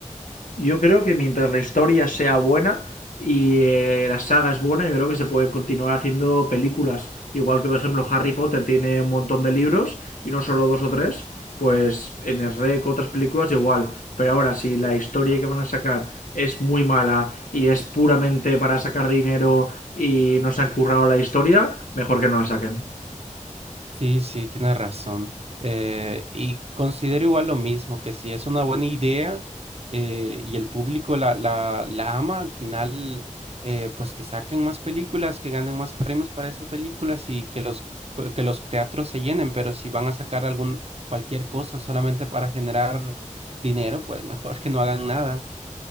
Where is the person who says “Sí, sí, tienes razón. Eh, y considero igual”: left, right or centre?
Right